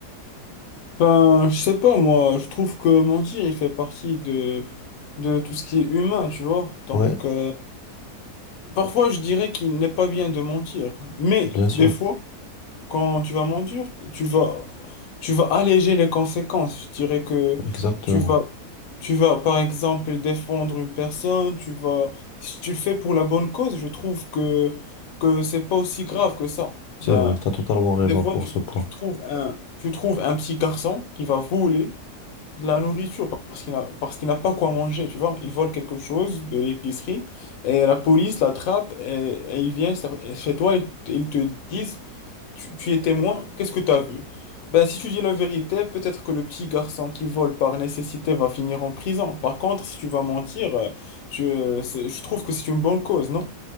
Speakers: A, on the left; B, on the left.
A: Enfin, je sais pas, moi, je trouve que mentir, il fait partie de, de tout ce qui est humain, tu vois. Donc,
B: Oui,
A: euh, parfois, je dirais qu'il n'est pas bien de mentir. Mais
B: bien sûr,
A: des fois, quand tu vas mentir, tu vas, tu vas alléger les conséquences. Je dirais que
B: exactement.
A: tu vas, tu vas, par exemple, défendre une personne, tu vas, si tu le fais pour la bonne cause, je trouve que, que c'est pas aussi grave que ça.
B: C'est
A: Ben,
B: vrai, tu as totalement raison
A: Des fois,
B: pour
A: tu,
B: ce point.
A: tu trouves un, tu trouves un petit garçon qui va voler de la nourriture parce qu'il n'a, parce qu'il n'a pas quoi manger, tu vois. Il vole quelque chose de l'épicerie et la police l'attrape et, et il vient sur- chez toi et ils te disent, tu, tu es témoin, qu'est-ce que tu as vu? Ben, si tu dis la vérité, peut-être que le petit garçon qui vole par nécessité va finir en prison. Par contre, si tu vas mentir, euh, je, euh, c'est- je trouve que c'est une bonne cause, non?